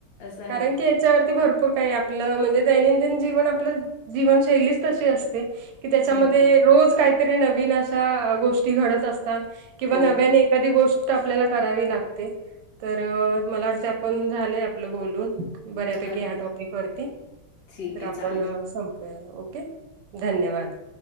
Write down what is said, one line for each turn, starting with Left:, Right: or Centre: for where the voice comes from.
Left: असं आहे.
Right: कारण की त्यावरती भरपूर का आप म्हणजे दैनंदिन जीवन आपलं जीवनशैलीच तशी असते कि त्याच्यामध्ये
Left: अगदी.
Right: रोज काहीतरी नवीन अशा गोष्टी घडत असता किंवा
Left: हो,
Right: नव्याने एखादी गोष्ट आपल्याला करावी लागते, तर मला वाटतंय आपण झालंय आपलं बोलून. बऱ्यापैकी
Left: अगदी.
Right: ह्या टॉपिकवरती.
Left: ठीक
Right: तर
Left: आहे
Right: आपण
Left: चालेल.
Right: संपवूया ओके धन्यवाद.